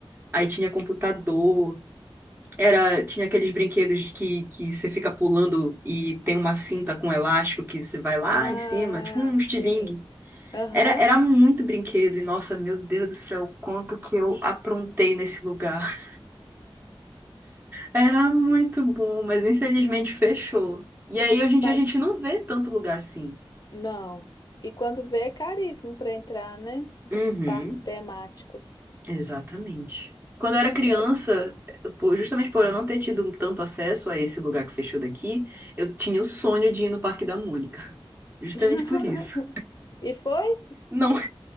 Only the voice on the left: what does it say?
Ah,
sim. Aham.
Mas
não. E quando vê é caríssimo para entrar, né? Esses
parques temáticos.
Eu
<laughs>
E foi?